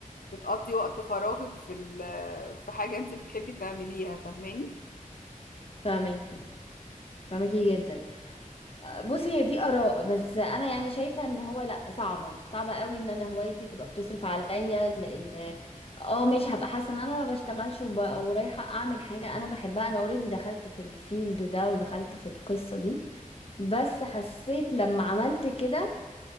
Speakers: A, on the left; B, on the left.
A: بتقضي وقت فراغك في ال... في حاجة انت بتحبي تعمليها فاهماني
B: فاهماكي فاهماكي جدا بصي هي دي اراء بس انا يعني شايفه ان هو لا صعبه صعبه قوي ان انا هوايتي تبقى بتصرف عليا لان اه ماشي هبقى حاسه ان انا ما بشتغلش وب- ورايحه اعمل حاجه انا بحبها انا اوريدي دخلت في الفيلد ده ودخلت في القصه دي بس حسيت لما عملت كده